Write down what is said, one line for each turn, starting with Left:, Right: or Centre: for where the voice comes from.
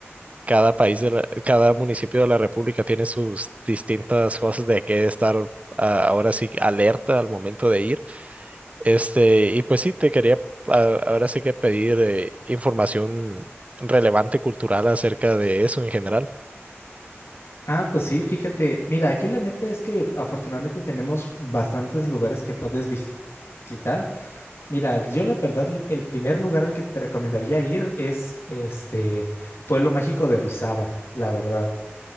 Right: cada país de la- cada municipio de la República tiene sus distintas cosas de que estar ah, ahora sí alerta al momento de ir. Este, y pues sí, te quería ah, ahora sí que pedir eh, información relevante cultural acerca de eso en general.
Left: Ah, pues sí, fíjate, mira, aquí la neta es que afortunadamente tenemos bastantes lugares que puedes vis- visitar. Mira, yo la verdad, el primer lugar al que te recomendaría ir es este Pueblo Mágico de Orizaba, la verdad.